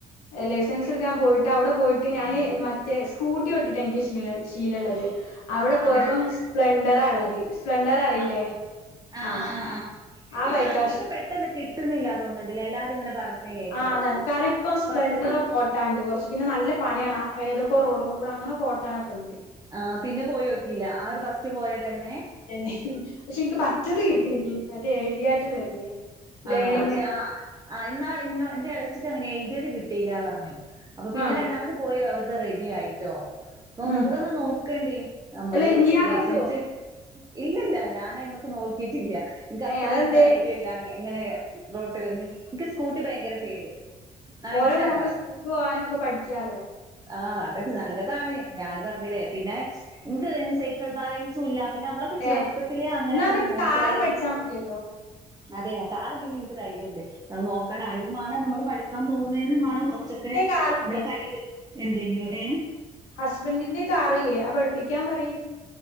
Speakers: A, on the left; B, on the right.
A: ലൈസൻസ് എടുക്കാൻ പോയിട്ട് അവിടെ പോയിട്ട് ഞാന് മറ്റേ സ്കൂട്ടിഓട്ടിട്ട് എനിക്ക് ശീലമുള്ളത് അവിടെ
B: ആഹ്
A: പോയപ്പോസ്പ്ലെണ്ടറ
B: അവിടെന്ന്
A: ഉള്ളത് സ്പ്ലെഡർ അറിയില്ലേ
B: ആണോ ആഹ്
A: ആ
B: ആഹ് ആഹ് ആഹ്
A: ആ
B: ഇപ്പൊ
A: ബൈക്കാവശ്യം
B: അങ് ഇപ്പൊ പെട്ടെന്ന് കിട്ടുന്നില്ല തോന്നുന്നുണ്ടല്ലേ എല്ലാരും ഇങ്ങനെ പറഞ്ഞ കേൾക്കാം
A: ആ കറിപ്പ സ്പ്ല
B: ഫസ്റ്റ്
A: ഉണ്ട കോട്ടാൽ ഉണ്ട് കുറച്ച് പിന്നെ നല്ല പണിയാണ് ഏതൊക്കെ റോഡു ഒക്കെ കൂടെ അങ്ങനെ ഓട്ടാനൊക്കെ ഉണ്ട്
B: ആ പിന്നെ പോയി നോക്കില്ല ആര് ഫസ്റ്റ് പോയത് തന്നെ
A: തന്നെ പക്ഷെ എനിക്ക് പച്ചത് കിട്ടീ മറ്റേ എഴുതിയായിട്ടുള്ളല്ലേ ലേണിങ്
B: ആണോേ ആ ആ എന്നാ ഇന്ന എന്റെ ഇളച്ചിക്ക് അങ്ങനെ എഴുതിയത് കിട്ടിയില്ല പറഞ്ഞു അപ്പൊ പിന്നെ
A: ആഹ്
B: രണ്ടാമത് പോയി അവവിടുടെ റെഡി ആയിട്ടോ അപ്പൊ ഒന്ന്
A: ഉം
B: കൂടെ ഒന്ന് നോക്കണ്ടി നമ്മള്
A: അല്ല ഇയാളോട്ടുവോ
B: ലൈസൻസ് ഇല്ലല്ല ഞാനായി്മക്ക് നോക്കിട്ടില്ല എനിക്ക് അത്രൊ
A: ഏഹ് അതെന്തേ
B: ഒരു ധൈര്യം ഇല്ല ഇങ്ങനെ റോട്ടിൽ എനിക്ക് സ്കൂട്ടി ഭയങ്കര പേടി ആ
A: ഓരക്കെ
B: ഇൻക്ക് രണ്ടാള്
A: കൊണ്ട് സ്കൂൾ പോകാനും ഒക്കെ പഠിക്കാലോ
B: ആ അതൊക്കെ നല്ലതാണ് ഞാൻ പറഞ്ഞില്ലേ പിന്നെ ഇന്ക്ക് സൈക്കിൾ ബാലൻസും ഇല്ല പിന്നെ നമ്മളൊക്കെ ചെറുപ്പത്തിലേ
A: ഏഹ്
B: അങ്ങനെയൊക്കെ
A: എന്നാ പിന്നെ
B: ഒന്ന് നോക്കിയാലേ
A: കാറ് പഠിച്ചാ മതിയല്ലോ
B: അതെ അ കാറ് പിന്നെ എനിക്ക് ധൈര്യ ഉണ്ട് നോക്കണോഅയിന് വാണ നമ്മള് പഠിക്കാൻ പോവ ആയിനുവേണം
A: ഹസ്ബൻഡിന്റെ
B: കൊറച്ചൊക്കെ
A: കാറില്ലേ
B: നമ്മളെ കയ്യിൽ എന്തെങ്കിലും ഏ
A: ഹസ്ബൻന്റിന്റെകാറില്ലേ ആ പഠിപ്പിക്കാൻ പറ